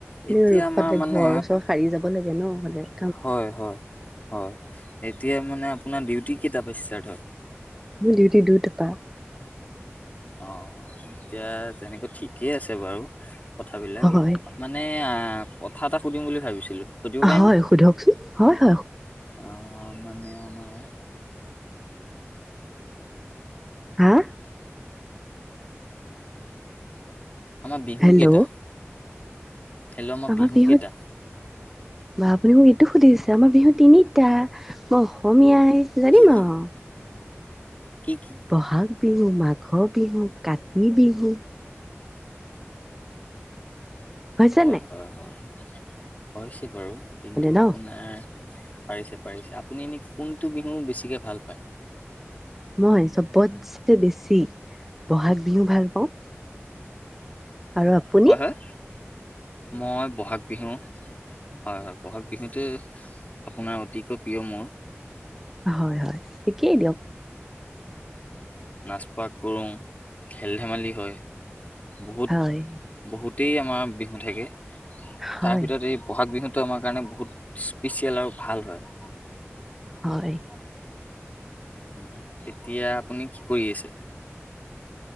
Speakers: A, on the left; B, in the centre.
A: এতিয়া
B: ৰোখতে
A: আমাৰ মানে
B: ঘৰ চৰ সাৰি যাব লাগে ন? <unintelligible>
A: হয়, হয়, হয়। এতিয়া মানে আপোনাৰ ডিউটি কেইটাৰ পৰা ষ্টাৰ্ট হয়?
B: মোৰ ডিউটি দুটপা।
A: অ', এতিয়া তেনেকুৱা ঠিকেই আছে বাৰু। কথাবিলাক
B: হয়
A: মানে আহ, কথা এটা সুধিম বুলি ভাবিছিলোঁ। সুধিব পাৰিমনে
B: হয়, সোধকচোন হয়, হয়।
A: অ মানে আমাৰ
B: হা
A: আমাৰ বিহুকেইটা?
B: হেল্ল'
A: হেল্ল, ম
B: আমাৰ
A: বিহু
B: বিহুত
A: কেইটা?
B: বা আপুনি মোক এইটো সুধিছে আমাৰ বিহু তিনিটা মই অসমীয়া ই জানিম
A: কি কি
B: আউ
A: কি কি
B: বহাগ বিহু, মাঘৰ বিহু, কাতি বিহু। হৈছে
A: হয়
B: নে?
A: হয় হয় হৈছে বাৰু কিন্তু
B: ন
A: আপোনাৰ পাৰিছে, পাৰিছে আপুনি এনে কোনটো বিহু বেছিকে ভাল পায়?
B: মই চবতছে বেছি বহাগ বিহু ভাল পাওঁ। আৰু আপুনি
A: হয়, হয় মই বহাগ বিহু হয়, হয় বহাগ বিহুটো আপোনাৰ অতিকৈ প্ৰিয় মোৰ।
B: হয়, হয় একেই দিয়ক।
A: নাচপাগ কৰো, খেল ধেমালি হয়। বহুত
B: হয়।
A: বহুতেই আমাৰ বিহু থাকে।
B: হয়,
A: তাৰ ভিতৰত এই বহাগ বিহুত, ত' আমাৰ কাৰণে বহুত স্পেচিয়েল আৰু ভাল হয়।
B: হয়।
A: উম, এতিয়া আপুনি কি কৰি আছে?